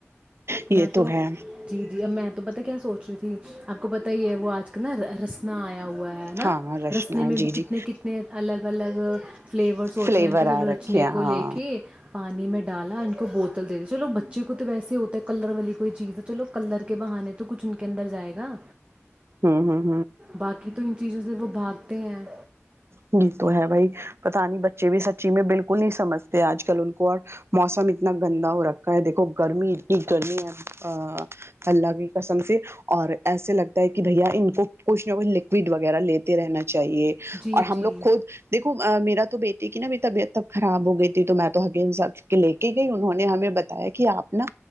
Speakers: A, on the right; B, on the right.
A: یہ
B: میں تو
A: ہے
B: جی جی اب میں تو پتا کیا سوچ رہی تھی آپ کو پت ہی ہے وہ آج کل نا رسنا آئے ہوا ہے نا
A: ہاں ہاں رشنا
B: رسنے میں
A: جی
B: بھی کتنے
A: جی
B: کتنے الگ الگ فلیورس ہوتے
A: فلیور
B: ہیں ان کا چ
A: آ
B: رچنے
A: رکھے ہیں
B: کو
A: ہاں
B: لے کے پانی میں ڈالا ان کو بوتل دے دی <unintelligible> ویسے ہی ہوتا ہے کلر والی کوئی چیز ہے چلو کلر کے بہانے تو کچھ ان کے اندر جائے گا
A: ہاں ہاں
B: باقی تو ان چیزوں سے وہ بھا تی ہیں
A: یہ تو ہے بھائی پت نہیں بچے بھی سچی میں بالکل نہیں سمجھتے آج کل ان کو اور موسم اتنا گندا ہو رکھا ہے دیکھو گرمی اتنی گرمی ہے اللہ کی قسم سے اور ایسے لگتا ہے کہ بھیا ان کو کچھ نہ کچھ لکوڈ وغیرہ لیتے رہنا چاہیے
B: جی، جی،
A: لوگ خود دیکو میرا تو بیٹی کی نا طبیعت تب خراب ہو گئی تھی تو میں تو حگ سب لے کے گئی انہوں نے ہمیں بتایا کہ آپ نا